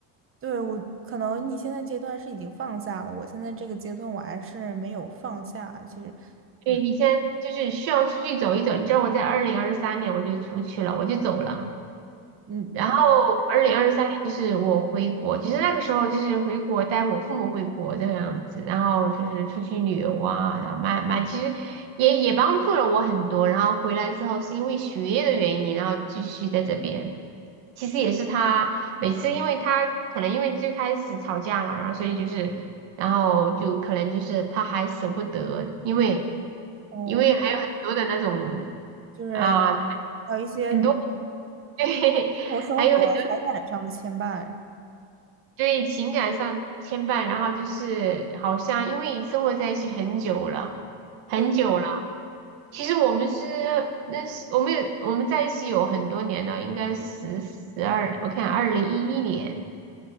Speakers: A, on the right; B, on the right.
A: 对，我可能你现在阶段是已经放下了，我现在这个阶段我还是没有放下。其实，
B: 对，
A: 嗯
B: 你先就是需要出去走一走。你知道我在二零二三年我就出去了，我就走了。
A: 嗯嗯
B: 然后二零二三年就是我回国，其实那个时候就是回国带我父母回国这样子，然后就是出去旅游啊，然后慢慢其实也也帮助了我很多。然后回来之后是因为学业的原因，然后继续在这边。其实也是他每次，因为他可能因为最开始吵架嘛，然后所以就是，然后就可能就是他还舍不得，因为
A: 哦，
B: 因为还有很多的那种
A: 就是
B: 啊、
A: 还有一些比如
B: 很多 <laughs> 对，
A: 生活生活财产上的牵绊，
B: 还有很。对情感上牵绊，然后就是好像因为生活在一起很久了，很久了。
A: 对，
B: 其实我们是认识，我们有我们在一起有很多年了，应该十十二，我看二零一一年，